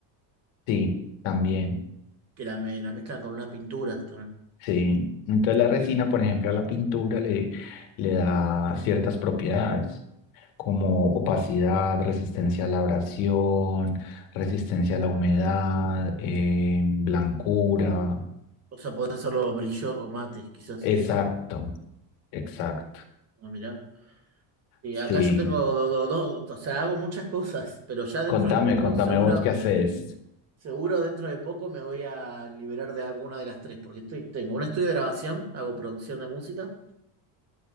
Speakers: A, on the left; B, on the right.
A: sí, también.
B: que la, me- la mezclan con unas pinturas también.
A: Sí. Entonces la resina, por ejemplo, a la pintura le, le da ciertas propiedades, como opacidad, resistencia a la abrasión, resistencia a la humedad, eh, blancura.
B: O sea, podés hacerlo brillo o mate, quizás.
A: Exacto, exacto.
B: Ah, mirá. Y
A: Sí.
B: acá yo tengo dos, o sea, hago muchas <laughs> cosas, pero ya dentro
A: Contame,
B: de poco
A: contame
B: seguro
A: vos qué haces.
B: Seguro dentro de poco me voy a liberar de alguna de las tres, porque estoy, tengo un estudio de grabación, hago producción de música.